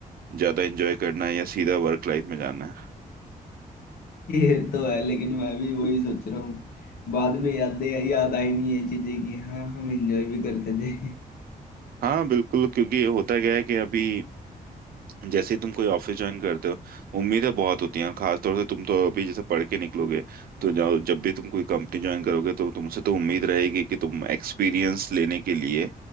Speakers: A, on the right (about 80°); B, on the left (about 85°).
A: ज्यादा एंजॉय करना है या सीधा वर्क लाइफ में जाना है
B: ये तो है लेकिन मैं भी वही सोच रहा हूँ बाद में यादें याद आएंगी ये चीजें कि हाँ हम एंजॉय भी करते थे
A: हाँ बिल्कुल क्योंकि होता क्या है कि अभी जैसे ही तुम कोई ऑफिस ज्वाइन करते हो उम्मीदें बहुत होती हैं और खासतौर से तुम तो अभी जैसे पढ़ के निकलोगे तो जाओ जब भी तुम कोई कंपनी ज्वाइन करोगे तो तुमसे तो उम्मीद रहेगी कि तुम एक्सपीरियंस लेने के लिए